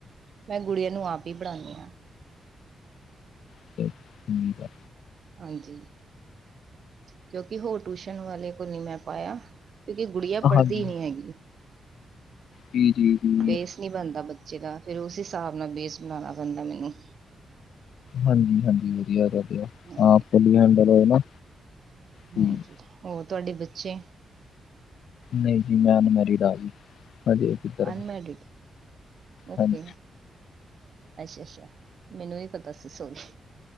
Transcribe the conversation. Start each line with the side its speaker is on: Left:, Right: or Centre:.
Right: ਮੈਂ ਗੁੜੀਆਂ ਨੂੰ ਆਪ ਹੀ ਪੜਣਾਉਦੀ ਹਾਂ।
Left: ਅਤੇ ਠੀਕ ਆ।
Right: ਹਾਂਜੀ। ਕਿਉਂਕਿ ਹੋਰ ਟਊਸ਼ਨ ਵਾਲੇ ਕੋਲ ਨ ਮੈਂ ਪਾਇਆ। ਕਿਉਂਕਿ ਗੁੜੀਆਂ
Left: ਆ
Right: ਪੜ੍ਹਦੀ
Left: ਹਾਂਜੀ
Right: ਹੀ ਨਹੀਂ ਹੈਗੀ।
Left: ਜੀ, ਜੀ, ਜੀ।
Right: ਬੇਸ ਨਹੀਂ ਬਣਦਾ ਬੱਚੇ ਦਾ ਫਿਰ ਉਸ ਹਿਸਾਬ ਨਾਲ ਬੇਸ ਬਣਾਉਣਾ ਪੈਂਦਾ ਮੈਨੂੰ।
Left: ਹਾਂਜੀ- ਹਾਂਜੀ ਵਧੀਆ -ਵਧੀਆ
Right: ਹਾਂਜੀ
Left: ਹਡਲ ਹੋਏ ਨਾ। ਠੀਕ।
Right: ਹਾਂਜੀ। ਹੋਰ ਤੁਹਾਡੇ ਬੱਚੇ
Left: ਨਹੀਂ ਜੀ, ਮੈਂ ਅਨਮੈਰੀਿਡ ਆ। ਗਈ ਹਜੇ ਉਹ ਕਿੱਰ
Right: ਅਨਮੈਰਿਡ ਓਕੇ
Left: ਹਾਂਜੀ।
Right: ਅੱਛਾ- ਅੱਛਾ ਮੈਨੂੰ ਹੀ ਪਤਾ ਸੀ ਸੋਨ।